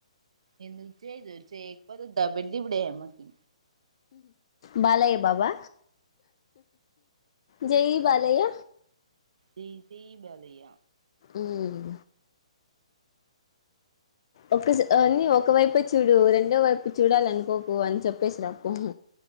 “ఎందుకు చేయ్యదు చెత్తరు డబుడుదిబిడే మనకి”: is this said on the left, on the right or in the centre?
Right